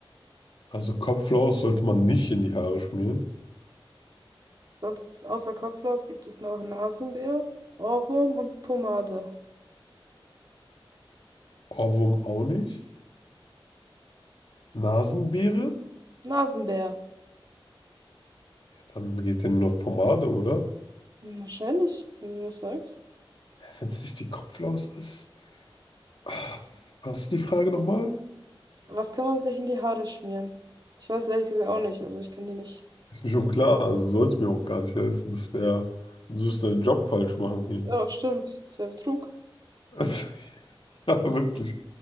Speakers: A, on the left (about 65°); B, on the right (about 50°).
A: Also Kopflaus sollte man nicht in die Haare schmieren.
B: Sonst außer Kopflaus gibt es noch Nasenbär, Ohrwurm und Pomade.
A: Ohrwurm auch nicht. Nasenbeere?
B: Nasenbär.
A: Ja, Dann geht denn nur noch Pomade, oder?
B: Hm, Wahrscheinlich, wenn du das sagst.
A: Wenn es nicht die Kopflaus ist. Ah, Was ist die Frage nochmal?
B: Was kann man sich in die Haare schmieren? Ich weiß ehrlich gesagt auch nicht. Also ich kann dir nicht.
A: Ist mir schon klar. Also soll es mir auch gar nicht helfen. Das wäre, du wirst deinen Job falsch machen hier.
B: Oh, stimmt. Das wäre Betrug.
A: Also, <laughs> ja, wirklich.